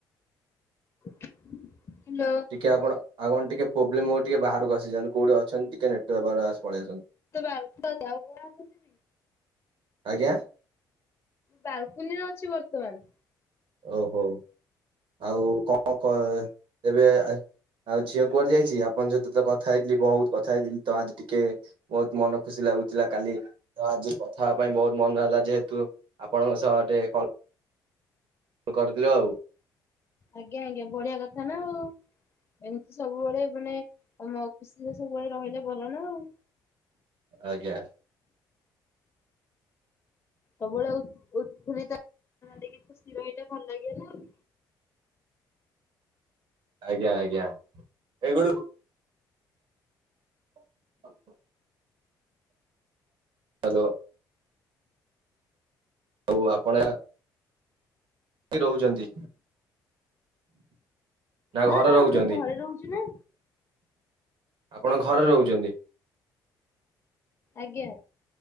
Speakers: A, on the left; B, on the right.
A: ହ୍ୟାଲୋ।
B: ଟିକେ ଆପଣ ଆଉ କଣ ଟିକେ ପ୍ରୋବ୍ଲେମ୍ ହବ ଟିକେ ବାହାରକୁ ଆସିଯାଆନ୍ତି କୋଉଠି ଅଛନ୍ତି ଟିକେ ନେଟୱର୍କ ପାଉନି ପଳେଇ ଆସନ୍ତୁ।
A: <inaudible>
B: ଆଜ୍ଞା।
A: ବାଲକୁନିରେ ଅଛି ବର୍ତ୍ତମାନ।
B: ଓହୋ ଆଉ କଣ କ ଏବେ ଆଉ ଝିଅ କୁଆଡେ ଯାଇଛି ଆପଣ ଝିଅ ସହିତ କଥା ହେଇଥିଲି ବହୁତ କଥା ହେଇଥିଲି ତ ଆଜି ଟିକେ ବହୁତ ମନ ଖୁସି ଲାଗୁଥିଲା କାଲି। ତ ଆଜି କଥା ପାଇଁ ବହୁତ ମନ ହେଲା ଯେହେତୁ ଆପଣଙ୍କ ସହ ଟିକେ କଲ କରିଥିଲୁ ଆଉ।
A: ଆଜ୍ଞା ଆଜ୍ଞା ବଢିଆ କଥା ନା ଆଉ। ଏମିତି ସବୁବେଳେ ମାନେ ଆମ ଖୁସିରେ ସବୁବେଳେ ରହିଲେ ଭଲ ନା ଆଉ।
B: ଆଜ୍ଞା।
A: ସବୁବେଳେ <inaudible> ଖୁସି ରହିଲେ ଭଲ ଲାଗିବ ନା ଆଉ।
B: ଆଜ୍ଞା ଆଜ୍ଞା ଏଗଳୁ <inaudible> ହ୍ୟାଲୋ। ଆଉ ଆପଣ ରହୁଛନ୍ତି।
A: ନା
B: ଘରେ
A: ନା
B: ରହୁଛନ୍ତି
A: ମୁଁ ଘରେ ରହୁଛି ନା।
B: ଆପଣ ଘରେ ରହୁଛନ୍ତି।
A: ଆଜ୍ଞା।